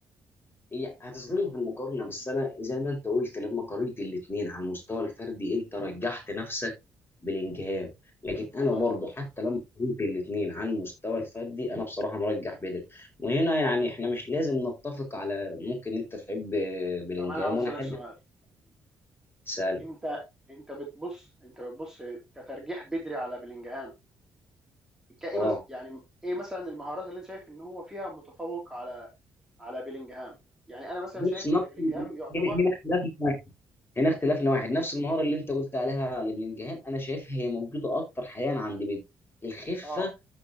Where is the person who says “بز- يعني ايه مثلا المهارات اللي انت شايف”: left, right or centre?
Centre